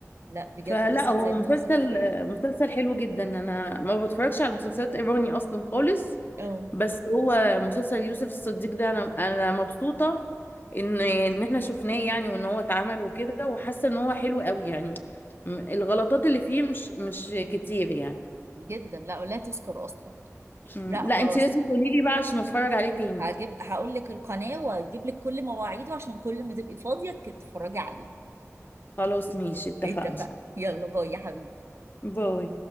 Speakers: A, on the right (about 55°); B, on the left (about 40°).
A: لا بجد
B: فلا
A: قصة
B: هو
A: سيدنا
B: مسلسل
A: يوسف آه،
B: مسلسل حلو جدا انا ما بتفرجش على مسلسلات ايراني اصلا خالص
A: اه
B: بس هو مسلسل يوسف الصديق ده انا انا مبسوطه ان ان احنا شفناه يعني وان هو اتعمل وكده وحاسه ان هو حلو قوي يعني م- الغلطات اللي فيه مش مش كتير يعني
A: جدا لا ولا تذكر اصلا
B: م،
A: لا
B: لا
A: خلاص
B: انت لازم تقولي لي بقى عشان اتفرج عليه تاني
A: هجيب هقول لك القناة وهجيب لك كل مواعيده عشان كل ما تبقي فاضية تتفرجي عليه
B: خلاص ماشي اتفقنا
A: اتفقنا يلا باي يا حبيبي
B: باي